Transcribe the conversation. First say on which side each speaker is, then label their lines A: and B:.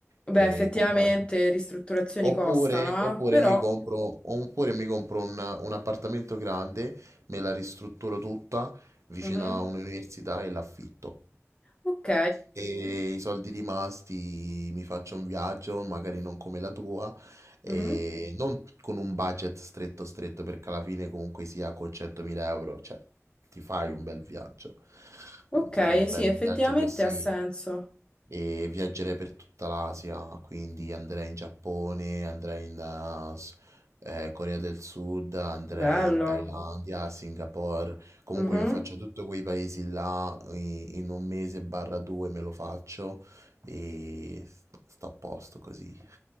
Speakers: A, on the left (about 20°); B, on the right (about 70°).
A: Beh,
B: eh,
A: effettivamente
B: comprarli.
A: ristrutturazioni
B: Oppure,
A: costano,
B: oppure
A: eh? Però...
B: mi compro, oppure mi compro un, un appartamento grande me la ristrutturo tutta vicino
A: mhm.
B: a un'università e l'affitto.
A: Ok,
B: E i soldi rimasti mi faccio un viaggio, magari non come la tua, e
A: mhm.
B: non con un budget stretto stretto, perché alla fine comunque sia con 100.000 euro, cioè ti fai un bel viaggio,
A: Ok,
B: ti fai un
A: sì,
B: bel
A: effettivamente
B: viaggio che sì
A: ha senso.
B: e viaggerei per tutta l'Asia, quindi andrei in Giappone, andrei in eh, s- eh, Corea del Sud, andrei
A: Bello.
B: in Thailandia, Singapore, comunque
A: Mhm.
B: mi faccio tutti quei paesi là i- in un mese barra due me lo faccio e st- sto a posto così.